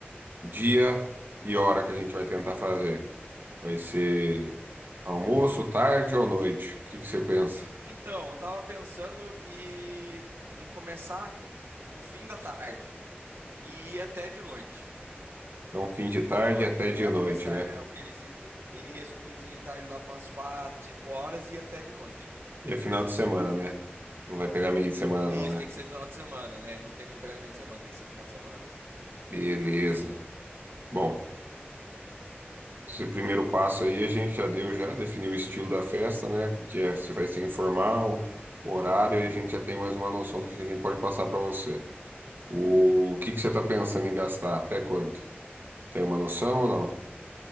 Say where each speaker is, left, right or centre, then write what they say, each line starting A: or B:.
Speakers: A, on the right; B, on the right.
A: Dia e hora que a gente vai tentar fazer. Vai ser almoço, tarde ou noite? O que que você pensa?
B: Então, eu tava pensando e, em começar no fim da tarde e ir até de noite.
A: Então, fim de
B: Entendeu?
A: tarde
B: A
A: até
B: gente pegar,
A: de noite,
B: começar
A: né?
B: é, o finzinho de, isso, o finzinho de tarde lá para umas 4 5 horas e ir até de noite.
A: E é final de semana, né? Não vai pegar meio de semana, não,
B: Isso,
A: né?
B: tem que ser final de semana, né? Não tem como pegar meio de semana, tem que ser final de semana.
A: Beleza. Bom. Esse primeiro passo aí a gente já deu, já definiu o estilo da festa, né? O que que é, se vai ser informal, o horário, aí a gente já tem mais uma noção do que que a gente pode passar para você. O que que você está pensando em gastar? Até quanto? Tem uma noção ou não?